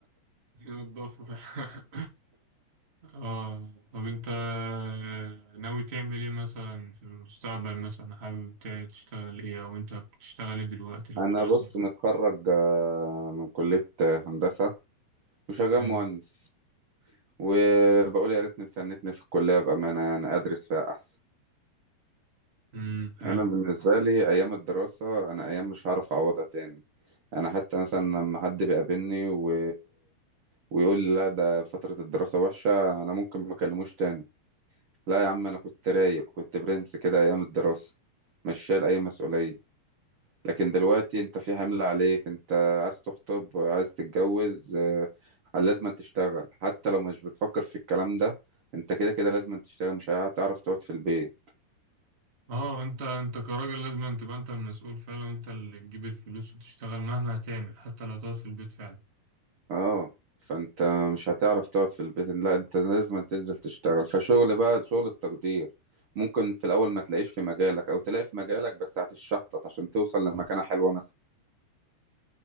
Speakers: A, on the right; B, on the right.
A: <laughs> هي الضفة فعلا. <laughs> آه طب أنت آه، ناوي تعمل إيه مثلا في المستقبل مثلا حابب تشتغل إيه أو أنت بتشتغل إيه دلوقتي لو
B: انا
A: بتشتغل
B: بص متخرج آه، من كليه آه، هندسه وشغال
A: حلو
B: مهندس وبقول يا ريتني اتسنتني في الكلية بأمانة يعني أدرس فيها أحسن
A: امم حلو
B: أنا بالنسبة لي أيام الدراسة أنا أيام مش هعرف أعوضها تاني أنا حتى مثلا لما حد بيقابلني و... ويقول لي لا ده فترة الدراسة وحشة أنا ممكن ما أكلموش تاني لا يا عم أنا كنت رايق كنت برنس كده أيام الدراسة مش شايل أي مسؤولية لكن دلوقتي انت في حمل عليك انت عايز تخطب عايز تتجوز آه، لازم تشتغل حتى لو مش بتفكر في الكلام ده انت كده كده لازم تشتغل مش هتعرف تقعد في البيت
A: اه انت انت كراجل لازم أن تبقى انت المسؤول فعلا وانت اللي تجيب الفلوس وتشتغل مهما هتعمل حتى لو تقعد في البيت فعلا
B: اه فانت مش هتعرف تقعد في البيت لا انت لازم تنزل تشتغل فشغل بقى شغل بتقدير ممكن في الاول ما تلاقيش في مجالك او تلاقي في مجالك بس هتتشحطط عشان توصل لمكانة حلوة مثلا